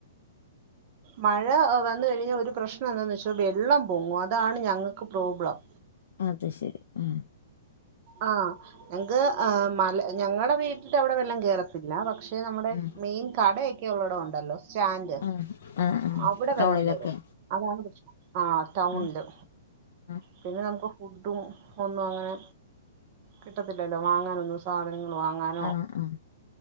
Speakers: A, on the left; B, on the right.
A: <inaudible>
B: മഴ വന്ന് കഴിഞ്ഞാ ഒരു പ്രശ്നം എന്താന്ന് വെച്ചാ വെള്ളം പൊങ്ങും. അതാണ് ഞങ്ങൾക്ക് പ്രോബ്ലം.
A: അത് ശരി ഉം
B: ആഹ് ഞങ്ങ്ക്ക് ആ മല ഞങ്ങടെ വീടി ന്റെ അവിടെ വെള്ളം കേറത്തില്ല. പക്ഷെ നമ്മുടെ
A: ഉം
B: മെയിൻ കടയൊക്കെ ഉള്ളടം ഉണ്ടല്ലോ സ്റ്റാന്റ്
A: ആ ആ ആ
B: അവിടെ
A: ടൗണിലൊക്കെ
B: വെള്ളം കേറും. അതാണ് പ്രശ്നം. ആ ടൗൺല്
A: ആ ആ
B: പിന്നെ നമുക്ക് ഫുഡും ഒന്നും അങ്ങനെ കിട്ടത്തില്ലല്ലോ വാങ്ങാനൊന്നും സാധനങ്ങൾ വാങ്ങാൻ
A: ഉം ഉം